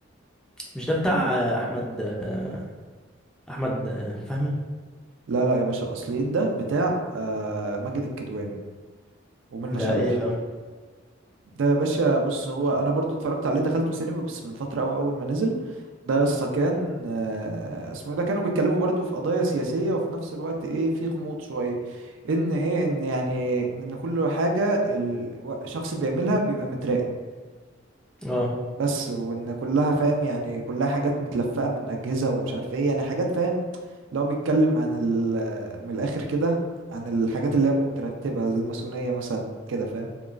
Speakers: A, in the centre; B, on the right.
A: مش ده بتاع آه أحمد آه أحمد آه فهمي
B: لا لا يا باشا الأصليين ده بتاع آه، ماجد الكدواني ومنة
A: ده
B: شلبي
A: إيه بقى
B: ده يا باشا بص هو انا برضو اتفرجت عليه دخلته سينما بس من فتره قوي اول ما نزل ده يسطا كان آه، اسمه ايه ده كانوا بيتكلموا برضو في قضايا سياسيه وفي نفس الوقت ايه في غموض شويه ان ايه ان يعني ان كل حاجه الشخص بيعملها بيبقى متراقب
A: اه
B: بس وان كلها فاهم يعني كلها حاجات متلفقه من اجهزه ومش عارف ايه يعني حاجات فاهم لو بيتكلم عن ال من الاخر كده عن الحاجات اللي هي مترتبه زي الماسونيه مثلا كده فاهم